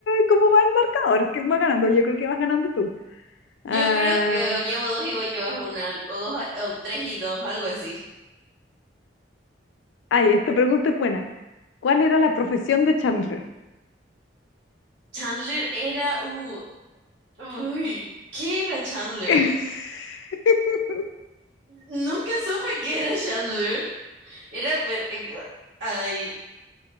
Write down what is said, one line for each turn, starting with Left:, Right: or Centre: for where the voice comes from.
Left: cómo va el marcador, quién va ganando. Yo creo que vas ganando tú.
Right: Yo
Left: Ah,
Right: creo que llevo dos y vos llevas una, o dos, o tres y dos, algo así.
Left: ay, esta pregunta es buena. ¿Cuál era la profesión de Chandler?
Right: Chandler era, uh, uy, ¿qué era Chandler?
Left: <laughs>
Right: Nunca supe qué era Chandler. Era, pero, eh, ay,